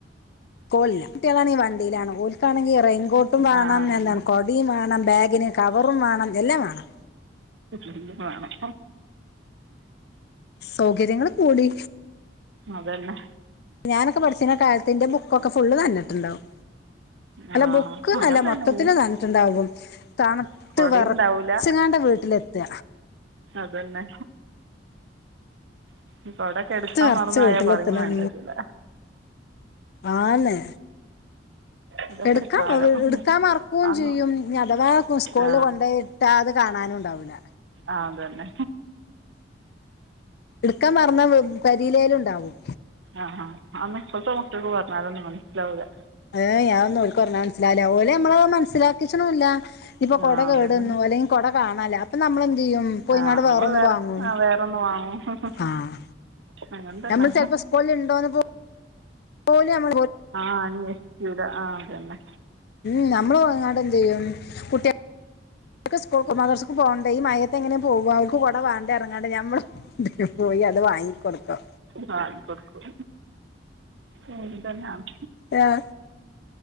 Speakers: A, on the left; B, on the right.
A: കോൾ ല്ല കുട്ട്യാളാണേ വണ്ടീലാണ് ഓൽക്കാണെങ്കി റെയിൻകോട്ടും വേണം
B: ആ അതന്നെ
A: എന്താണ് കൊടിം വേണം ബാഗിന് കവറും വാണം എല്ലാം വാണം
B: എല്ലും മാണം
A: സൗകര്യങ്ങൾ കൂടി
B: അതന്നെ
A: ഞാനൊക്കെ പഠിച്ചീന കാൽത്ത് ഇന്റെ ബുക്കൊക്കെ ഫുള്ള് നൻഞിട്ടിണ്ടാവും.
B: ആ
A: അല്ല ബുക്ക്
B: അങ്ങനെ
A: നല്ല
B: തന്നെ
A: മൊത്തത്തിൽ നൻഞിട്ടിണ്ടാകും തണ്ത്ത്
B: കുടയും
A: വെറച്ചിങ്ങാണ്ട
B: ഉണ്ടാവില്ല
A: വീട്ടിലെ ത്ത
B: അതന്നെ കുട ഒക്കെ എടുക്കാൻ
A: ത്ത വെർച്ച്
B: മറന്നുപോയാൽ
A: വീട്ടിലെത്തണം
B: പറയും വേണ്ടതില്ല
A: ആന്ന്
B: അതൊക്കെ
A: എടുക്കാ
B: ഒരു കാലം
A: എടുക്കാൻ മറക്കയും
B: അന്ന്
A: ചെയ്യും അഥവാ സ്കൂളില്
B: ആ
A: കൊണ്ട ട്ടാ അത് കാണാനും ഉണ്ടാവില്ല
B: ആഹ് അതന്നെ
A: ഇടുക്കൻ മറഞ്ഞ പെരിലെലും ഇണ്ടാവും
B: ആഹ് ആഹ് അന്നും ഇപ്പോഴത്തെ മക്കൾക്കൂ പറഞ്ഞ അതൊന്നന്ന് മനസ്സിലാവുല്ല
A: ഏഹ് ആഹ് ഒന്നും ഓല്ക്ക് പറഞ്ഞ മനസാല്ലവൂല്ല ഓലെ നമ്മള് മനസ്സിലാക്ക ച്ച്ന്ണും ഇല്ല ഇപ്പൊ കൊട
B: ആ
A: കേടുന്നു
B: അതന്നെ
A: അല്ലെങ്കി കൊട കാണാല്ല ഇപ്പൊ നമ്മൾ എന്ത് ചെയ്യും പോയിങ്ങാട്
B: ആ നമ്മൾ
A: വേറെ ഒന്ന് വാങ്ങും
B: ആ വേറൊന്ന് വാങ്ങും
A: ആഹ്
B: അങ്ങനെ തന്നെ
A: നമ്മൾ ചിലപ്പോ സ്കളിൽ ഇണ്ടോന്ന് പോ പോല് നമ്മ
B: ആഹ് ഇട്ട് ഇത് ആഹ് അതന്നെ
A: ഉം നമ്മള്പോയ്‌ങ്ങാട് എന്ത് ചെയ്യും കുട്ടിക സ്കൂൾ മദറസ്ക്ക് പോകണ്ടെ ഈ മഴത്ത് എങ്ങനെ പോക അവക്ക് കൊടവേണ്ടേന്ന് പറഞ്ഞ് ക്കാണ്ട് നമ്മള് നിട്ട് പോയി അത് വാങ്ങിക്കൊടുക്കും
B: വാങ്ങി കൊടുക്കും അങ്ങനെതന്നെ യാണ്
A: ഏഹ്